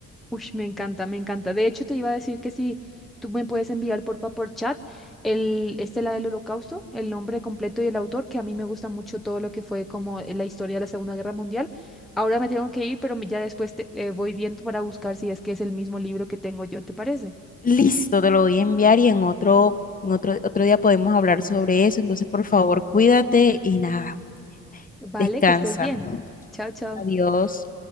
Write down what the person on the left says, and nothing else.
Listo, te lo voy a enviar y en otro, en otro, otro día podemos hablar sobre eso. Entonces, por favor, cuídate y nada,
descansa.
Adiós.